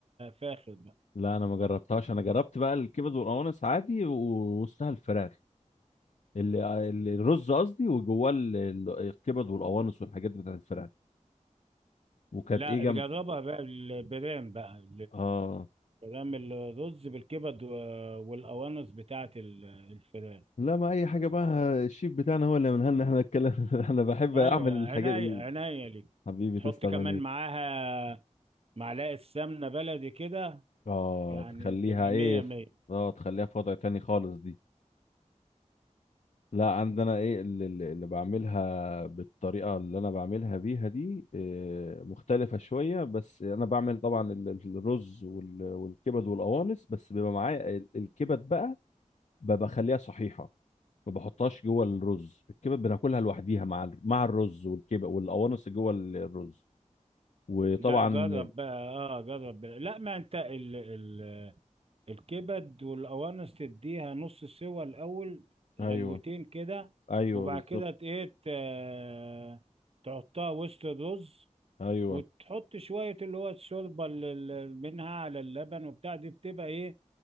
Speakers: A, on the right; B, on the left.
A: فاخر بقى
B: لا انا ما جربتهاش انا جربت بقى الكبد والقوانص عادي ووسطها الفراخ اللي اللي- الرز قصدي وجواه ال- ال- الكبد والقوانص والحاجات بتاعت الفراخ وكانت
A: لا
B: ايه جنب
A: جربها بقى البرام بقى
B: اه
A: بنعمل رز بالكبد و- والقوانص بتاعت ال- الفراخ
B: لا ما اي حاجه بقى الشيف بتاعنا هو اللي منها لنا احنا نتكلم <laughs> انا بحب
A: ايوه
B: اعمل الحاجات
A: عناية
B: ال...
A: عناية ليك
B: حبيبي
A: تحط
B: تسلم
A: كمان
B: عينيك
A: معاها معلقة سمنة بلدي كده
B: اه
A: يعني
B: تخليها
A: تبقى
B: ايه
A: مية
B: ف-
A: مية
B: اه تخليها في وضع تاني خالص دي لا عندنا ايه اللي, اللي اللي بعملها بالطريقة اللي انا بعملها بيها دي إيه، مختلفة شوية بس انا بعمل طبعا ال- ال- الرز وال- والكبد والقوانص بس بيبقى معايا ال- الكبد بقى ب- بخليها صحيحة ما بحطهاش جوه الرز الكبد بناكلها لوحديها مع ال- مع الرز والكبد والقوانص جوه ال- الرز وطبعا
A: لا جرب بقى اه جرب بقى. لا ما انت ال ال الكبد والقوانص تديها نص سوا الاول
B: ايوه
A: غلوتين كده
B: ايوه
A: وبعد
B: بالظبط
A: كده ت- ايه ت- تحطها وسط الرز
B: ايوه
A: وتحط شوية اللي هو الشوربة ال- ال- منها على اللبن وبتاع دي بتبقى ايه